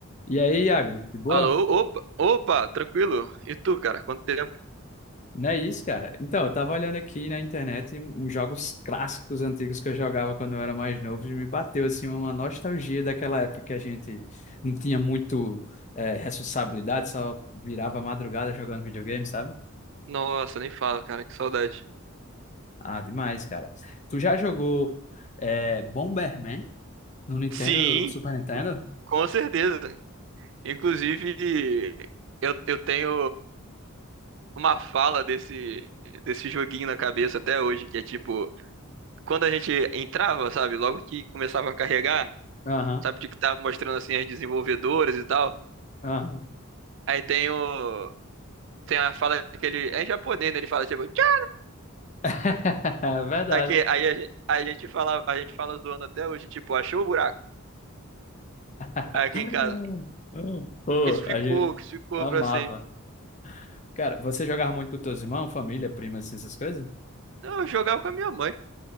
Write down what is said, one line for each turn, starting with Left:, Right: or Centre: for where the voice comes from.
Left: E aí, Iago, de boa?
Right: Alô, Opa, opa, tranquilo? E tu, cara? Quanto tempo?
Left: Não é isso, cara? Então, eu tava olhando aqui na internet um- uns jogos clássicos antigos que eu jogava quando eu era mais novo e me bateu, assim, uma nostalgia daquela época que a gente não tinha muito eh, responsabilidade, só virava madrugada jogando videogame, sabe?
Right: Nossa, nem fala, cara, que saudade.
Left: Ah, demais, cara. Tu já jogou eh, Bomberman no Nintendo,
Right: Sim,
Left: Super Nintendo?
Right: com certeza. Inclusive, eu, eu tenho uma fala desse, desse joguinho na cabeça até hoje, que é tipo, quando a gente entrava, sabe, logo que começava a carregar,
Left: Aham,
Right: sabe, tipo, que tava mostrando assim as desenvolvedoras e tal.
Left: aham.
Right: Aí tem o. Tem a fala que ele. É em japonês, né? Ele fala, tipo, "Tchau",
Left: <laughs> É Verdade.
Right: Só que aí a gente, a gente fala, a gente fala zoando até hoje, tipo, achou o buraco?
Left: <laughs>
Right: aqui em casa.
Left: Pô,
Right: Isso ficou,
Left: a gente
Right: que ficou
Left: amava.
Right: pra sempre.
Left: Cara, você jogava muito com teus irmãos, família, primas, assim, essas coisas?
Right: Não, eu jogava com a minha mãe.